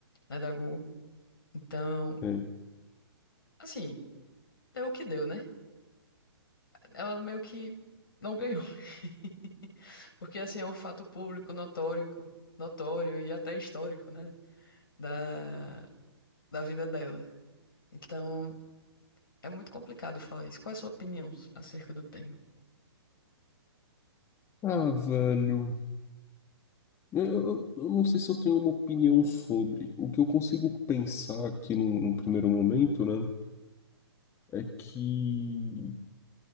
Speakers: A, on the left; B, on the left.
A: né, da Google. Então,
B: É.
A: assim, deu o que deu, né? Ela meio que não ganhou. <laughs> Porque, assim, é um fato público, notório, notório e até histórico, né, da, da vida dela. Então, é muito complicado falar isso. Qual é a sua opinião acerca do tema?
B: Ah, velho. Eu, eu- eu não sei se eu tenho uma opinião sobre. O que eu consigo pensar aqui num, num primeiro momento, né? É que